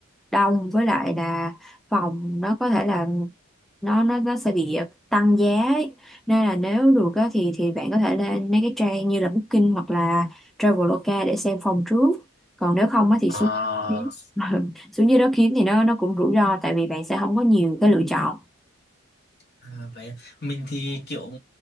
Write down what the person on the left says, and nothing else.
À,
À, vậy à. mình thì kiểu